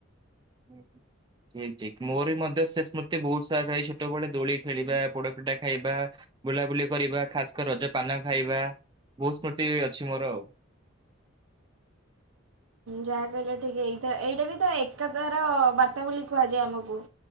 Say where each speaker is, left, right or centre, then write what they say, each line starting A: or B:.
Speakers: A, on the right; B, on the right.
A: ହୁଁ ହୁଁ। ଠିକ ଠିକ ମୋର ବି ମଧ୍ୟ ସେ ସ୍ମୃତି ବହୁତ ସାଥ ଥାଏ ଛୋଟବେେଳେ ଦୋଳି ଖେଳିବା ପୋଡପିଠା ଖାଇବା ବୁଲାବୁଲି କରିବା ଖାସ୍କ ରଜ ପାନ ଖାଇବା ବହୁତ ସ୍ମୃତି ଅଛି ମୋର ଆଉ। <inaudible>
B: ଯାହା କହିଲ ଠିକ ଏଇ ଏଇଟା ବି ତ ଏକାତାର ବାର୍ତ୍ତା ବୋଲି କୁହାଯାଏ ଆମକୁ।